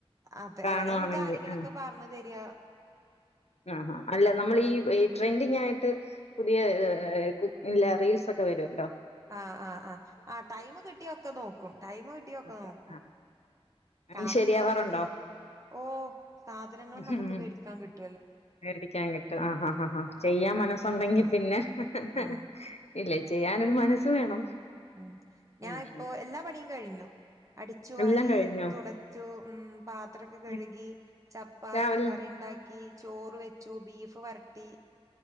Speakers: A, on the right; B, on the left.
A: അതെ
B: കാണുവാണെങ്കിൽ
A: അല്ലെങ്കിൽ നമുക്ക് ആരെങ്കിലുമൊക്കെ
B: ആഹ്
A: പറഞ്ഞു തരാ
B: ആഹാ അല്ല നമ്മൾ ഈ ട്രെൻഡിങ് ആയിട്ട് പുതിയ ഏ കുഇല്ല റീൽസ് ഒക്കെ വരുമല്ലോ
A: ആ് ആ് ആ ആ് ടൈമ് കിട്ടിയ ഒക്കെ നോക്കും ടൈമ് കിട്ടിയൊക്കെ
B: ഓക്കെ.
A: നോക്കും
B: ആ. അങ്ങനെ
A: സാധനങ്ങൾ
B: ശരിയാവാറുണ്ടോ?
A: നമുക്ക് ഓ സാധനങ്ങളും
B: ഉം.
A: നമുക്ക് വേടിക്കാൻ കിട്ടും
B: മേടിക്കാൻ കിട്ടും ആഹ ആ ചെയ്യാ
A: അപ്പൊ പിന്നെ
B: മനസ്സുണ്ടെങ്കി
A: അത്
B: പിന്നെ ഹ് ഹ്
A: ആഹ്
B: ഹ് ഇല്ലേ ചെയ്യാനൊരു മനസ്സ് വേണം
A: ഉം ഞാൻ
B: ഉം,
A: ഇപ്പൊ
B: ഉം.
A: എല്ലാ പണിയും കഴിഞ്ഞു അടിച്ചു വാരി
B: എല്ലാം കഴിഞ്ഞോ?
A: തുടച്ചു ഉം പാത്രൊക്കെ കഴുകി
B: ഉം.
A: ചപ്പാത്തി
B: രാവിലെ
A: കറി ഉണ്ടാക്കി ചോറ് വെച്ചു ബീഫ് വരട്ടി